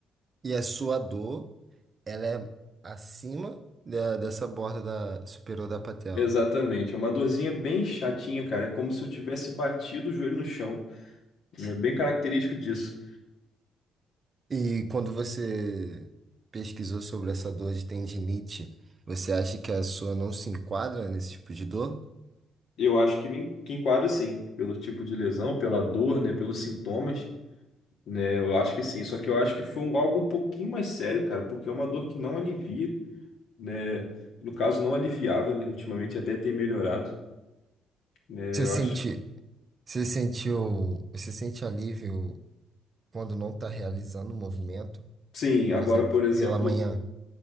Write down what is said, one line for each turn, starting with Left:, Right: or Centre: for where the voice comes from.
Right: E a sua dor, ela é acima da- dessa borda da- superior da patela?
Left: Exatamente. É uma dorzinha bem chatinha, cara. É como se eu tivesse batido o joelho no chão. É bem característico disso.
Right: E quando você pesquisou sobre essa dor de tendinite, você acha que a sua não se enquadra nesse tipo de dor?
Left: Eu acho que me que enquadra sim, pelo tipo de lesão, pela dor, né? Pelos sintomas, né? Eu acho que sim. Só que eu acho que foi um- algo um pouquinho mais sério, cara, porque é uma dor que não alivia. né? No caso, não aliviava, né? Ultimamente até tem melhorado, né?
Right: Você
Left: Eu
Right: sente,
Left: acho.
Right: você sentiu, você sente alívio quando não está realizando o movimento?
Left: Sim,
Right: Por
Left: agora,
Right: exemplo,
Left: por exemplo,
Right: pela manhã,